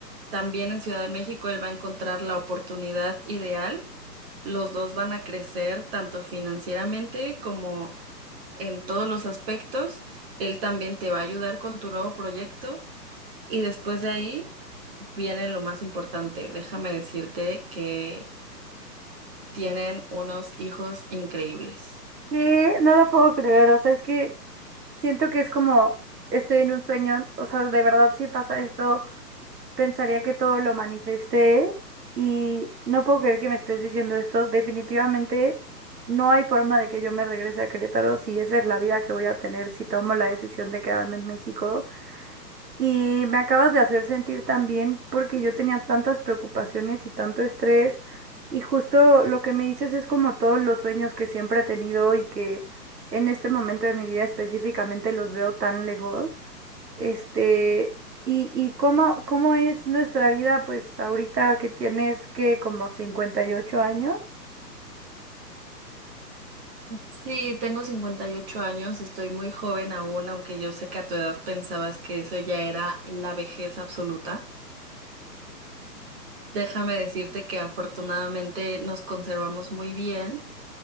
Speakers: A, on the right (about 35°); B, on the right (about 70°).
A: también en Ciudad de México él va a encontrar la oportunidad ideal. Los dos van a crecer tanto financieramente como en todos los aspectos. Él también te va a ayudar con tu nuevo proyecto. Y después de ahí viene lo más importante. Déjame decirte que tienen unos hijos increíbles.
B: ¿Qué? No lo puedo creer, o sea, es que siento que es como estoy en un sueño, o sea, de verdad si pasa esto, pensaría que todo lo manifesté y no puedo creer que me estés diciendo esto. Definitivamente no hay forma de que yo me regrese a Querétaro si esa es la vida que voy a tener si tomo la decisión de quedarme en México. Y me acabas de hacer sentir tan bien porque yo tenía tantas preocupaciones y tanto estrés. Y justo lo que me dices es como todos los sueños que siempre he tenido y que en este momento de mi vida específicamente los veo tan lejos. Este, y, y cómo, cómo es nuestra vida, pues ahorita que tienes que como 58 años.
A: Sí, tengo 58 años, estoy muy joven aún, aunque yo sé que a tu edad pensabas que eso ya era la vejez absoluta. Déjame decirte que afortunadamente nos conservamos muy bien